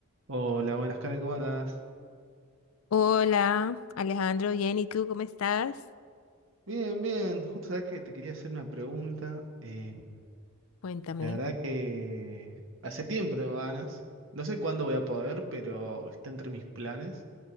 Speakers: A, on the right; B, on the left.
A: Hola, buenas Karen, ¿cómo andás?
B: Hola, Alejandro, bien, ¿y tú cómo estás?
A: Bien, bien, justo sabes que te quería hacer una pregunta. eh,
B: Cuéntame.
A: la verdad que hace tiempo tengo ganas. No sé cuándo voy a poder, pero está entre mis planes